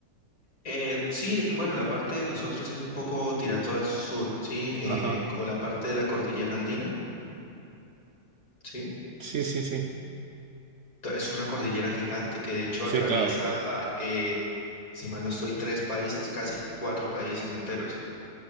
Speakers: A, on the left; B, on the right.
A: Eh, sí, bueno, la parte de nosotros es un poco tirado al sur, ¿sí? Eh,
B: Ajá.
A: como la parte de la cordillera andina, ¿sí?
B: Sí, sí, sí.
A: To- Es una cordillera gigante que de hecho
B: Sí,
A: atraviesa,
B: claro que
A: eh, si mal no estoy, tres países, casi cuatro países enteros.